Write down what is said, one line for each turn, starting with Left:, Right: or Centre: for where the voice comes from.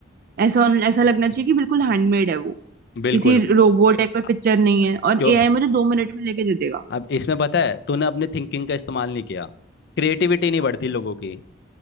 Right: ऐसा ऐसा लगना चाहिए कि बिल्कुल हैंडमेड है वो
Left: बिल्कुल
Right: किसी रोबोट या कोई
Left: अ-
Right: पिक्चर नहीं है और
Left: क्यों
Right: एआई मुझे दो मिनट में लेके दे देगा
Left: अब इसमें पता है तूने अपने थिंकिंग का इस्तेमाल नहीं किया क्रिएटिविटी नहीं बढ़ती लोगों की